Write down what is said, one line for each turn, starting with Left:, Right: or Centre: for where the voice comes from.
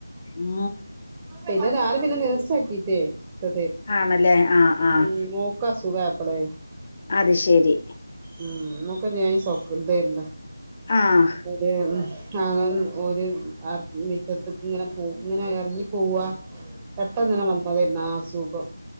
Left: ഉ
Right: പിന്ന ആരും പിന്നെ നേർസാക്കിട്ടേ ഇത
Left: ആണല്ലേ ആഹ് ആഹ്
Right: ഉം മോക്ക ശുഖായ അടെ
Left: അത് ശരി
Right: ഉം നമുക്ക ഞാൻോ ഇതല്ല
Left: ആഹ്
Right: അ താങ്ങ ഒരു മിറ്റത്ത ഇങ്ങനെ പോ ഇങ്ങനെ ഇറങ്ങി പോവാ പെട്ടെന്ന് തിനെ വന്നതുന്ന അ സുഖം